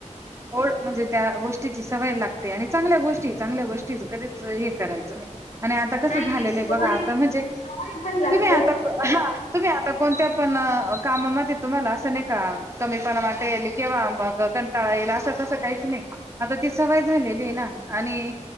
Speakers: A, on the right (about 25°); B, on the left (about 70°).
A: ड म्हणजे त्या गोष्टीची सवय लागते आणि चांगल्या गोष्टी चांगल्या गोष्टी कधी हे करायचं नाही आणि आता कसं
B: नाही
A: झालेलं
B: सवय
A: आहे बघा आता म्हणजे
B: सवय पण लागते
A: तुम्ही आता
B: पण
A: ह तुम्ही आता कोणत्या पण कामामध्ये तुम्हाला असं नाही का कमी पणा वाट केेवा मग टळायला असं तसं काहीच नाही आता ती सवय झालेली आहे ना आणि